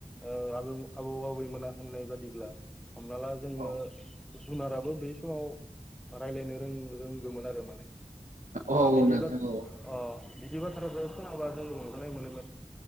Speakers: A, in the centre; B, on the right (about 75°).
A: ओ आबौ आबौ आबैमोना होननाय बादिब्ला हमना ला जोङो
B: औ
A: जुनाराबो बे समाव रायलायनो रों रों ङोमोन आरो माने
B: औ
A: ओ बिदि
B: नोंथां
A: बाथ
B: औ
A: बिदि बाथ्राखो खोनाबा जों रं जाखांनाय मोनोमोन